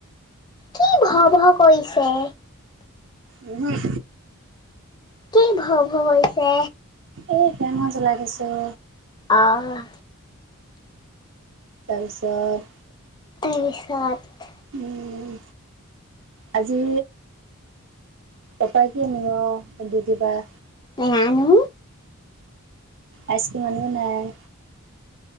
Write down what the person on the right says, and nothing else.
উহম।
এই ফেনখন চলাই থৈছোঁ
তাৰপিছত
উম আজি পাপাই কি‌ কিয় আনিব ডিউটি পাৰা?
আইচক্ৰীম আনিব নাই?